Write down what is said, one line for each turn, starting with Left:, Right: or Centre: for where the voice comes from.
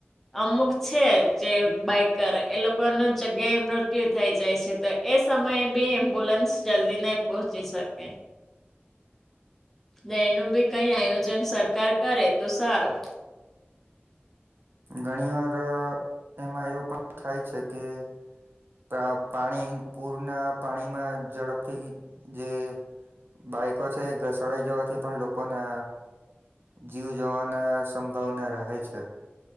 Centre: અમુક છે જે બાઈકર એ લોકોનું જગ્યાએ મૃત્યુ થઈ જાય છે તો એ સમયે બી એમ્બ્યુલન્સ જલ્દી નહીં પહોંચી શકે તો એનું ભી કઈ આયોજન સરકાર કરે તો સારું
Right: ઘણી વાર એમાં એવું પણ થાય છે કે પ્ર પાણી પૂરના પાણીમાં ઝડપથી જે બાઈકો છે એ ઘસડાઈ જવાથી પણ લોકોને જીવ જવાના સંભાવના રહે છે